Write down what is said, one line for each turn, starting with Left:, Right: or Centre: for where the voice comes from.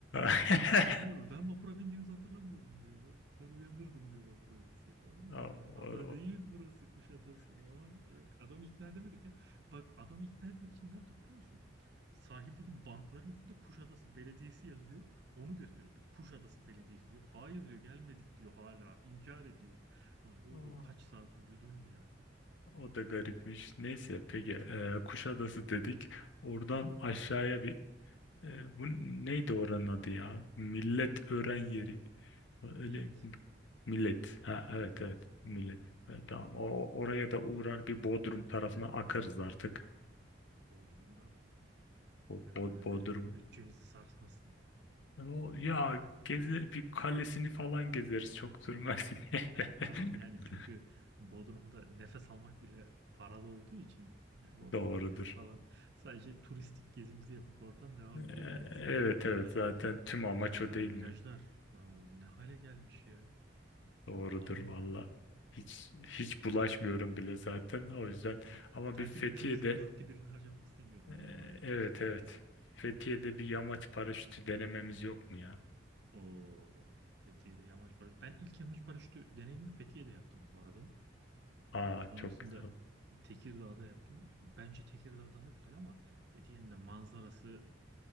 Left: <laughs>
Right: Ben diyorum ben vapura bindiğimizi hatırlamıyorum diyor. Ben, ben uyanırdım diyor vapura binsek. Anladın
Left: Aa,
Right: mı? Yani
Left: O,
Right: ada değil burası Kuşadası falan. Yok, adamı ikna edemedik ya. Bak adamı ikna etmek için ne yaptık biliyor musun? Sahildeki bankların üstünde Kuşadası Belediyesi yazıyor. Onu gösteriyor. Bak Kuşadası Belediyesi diyor. Hayır diyor gelmedik diyor hala. İnkar ediyor. Ulan yol
Left: o-
Right: kaç saat
Left: <laughs>
Right: uyudun ya.
Left: o da garipmiş. Neyse peki e, Kuşadası dedik. Oradan aşağıya bir e, bu neydi oranın adı ya? Milletören yeri. Öyle
Right: Millet.
Left: millet. Ha, evet
Right: Hı hı.
Left: evet millet.
Right: Millet.
Left: E, Tamam. O, oraya da uğrar bir Bodrum tarafına akarız artık.
Right: Bodrum'da
Left: Bo-
Right: eee,
Left: Bo- Bodrum.
Right: benim bütçemizi sarsmasın.
Left: O, ya geze, bir kalesini falan gezeriz çok durmaz.
Right: He,
Left: <laughs>
Right: tamam yani çünkü Bodrum'da nefes almak bile paralı olduğu için e, Bodrum
Left: Doğrudur.
Right: Kalesi falan sadece turistik gezimizi yapıp oradan devam
Left: Ee,
Right: edebiliriz.
Left: Evet
Right: Hani Bodrum'da
Left: evet zaten tüm amaç
Right: plajlar,
Left: o değil
Right: milajlar
Left: mi?
Right: ya ne hale gelmiş ya.
Left: Doğrudur
Right: Çok pahalı.
Left: valla. Hiç hiç bulaşmıyorum bile zaten o yüzden.
Right: Yani
Left: Ama
Right: tatil
Left: bir Fethiye'de
Right: bütçemizin dörtte birini harcamak istemiyorum
Left: e,
Right: yani oraya açıkçası.
Left: evet evet. Fethiye'de bir yamaç paraşütü denememiz yok mu ya?
Right: O Fethiye'de yamaç paraşütü. Ben ilk yamaç paraşütü deneyimi Fethiye'de yaptım bu arada.
Left: Aa
Right: Sonrasında
Left: çok güzel.
Right: Tekirdağ'da yaptım. Bence Tekirdağ daha güzel ama Fethiye'nin de manzarası